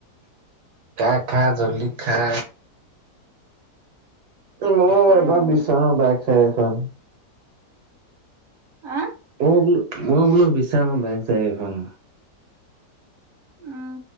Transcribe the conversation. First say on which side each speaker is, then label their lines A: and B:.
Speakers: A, on the right; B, on the right.
A: খা খা জল্লি খা মই
B: খাওঁ
A: এবাৰ বিশচাৰ বাইক সেই এখন
B: আহ
A: অই বোলো মই বোলো বিশাম বাইক চাইক এখন
B: উম